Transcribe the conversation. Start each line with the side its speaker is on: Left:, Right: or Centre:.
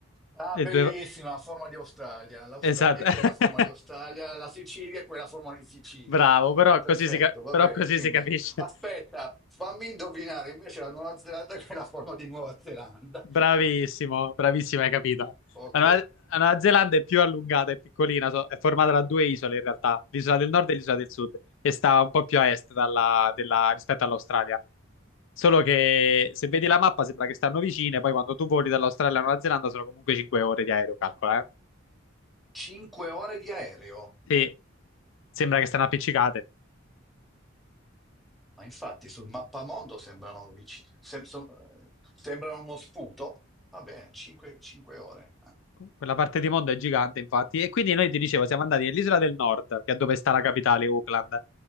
Centre: Ah,
Left: le
Centre: bellissima,
Left: due...
Centre: a forma di Australia. L'Australia
Left: Esatto.
Centre: è
Left: <laughs>
Centre: quella a forma di Australia, la Sicilia è quella a forma di Sicilia.
Left: Bravo, però
Centre: Perfetto,
Left: così si, ca-
Centre: va
Left: però
Centre: bene,
Left: così
Centre: dimmi.
Left: si capisce.
Centre: Aspetta, fammi indovinare invece la Nuova Zelanda <laughs> che è la forma di Nuova Zelanda.
Left: Bravissimo,
Centre: <laughs>
Left: bravissimo, hai capito.
Centre: Ok,
Left: La Nuova, la Nuova Zelanda è più allungata, è piccolina, so- è formata da due isole in realtà, l'isola del nord e l'isola del sud, e sta un po' più a est dalla- della- rispetto all'Australia. Solo che se vedi la mappa sembra che stanno vicine, poi quando tu voli dall'Australia alla Nuova Zelanda sono comunque 5 ore di aereo, calcola, eh.
Centre: 5 ore di aereo.
Left: Sì, sembra che stanno appiccicate.
Centre: Ma infatti sul mappamondo sembrano vicini, sem- so- eh, sembrano uno sputo. Va bene, 5, ore. Ah,
Left: Quella parte di mondo è gigante, infatti. E quindi noi ti dicevo, siamo andati nell'isola del nord, che è dove sta la capitale, Auckland.